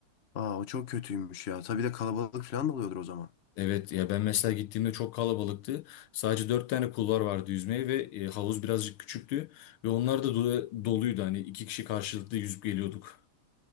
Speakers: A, on the left (about 40°); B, on the left (about 75°).
A: Aa o çok kötüymüş ya. Tabii de kalabalık falan da oluyordur o zaman.
B: Evet ya ben mesela gittiğimde çok kalabalıktı. Sadece 4 tane kulvar vardı yüzmeye ve e, havuz birazcık küçüktü. Ve onlar da do- doluydu. Hani iki kişi karşılıklı yüzüp geliyorduk.